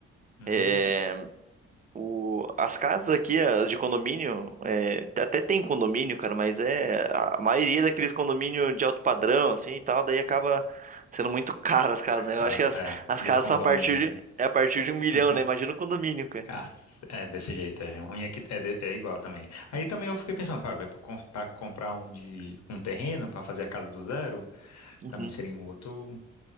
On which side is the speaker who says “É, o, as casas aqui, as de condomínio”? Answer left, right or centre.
Right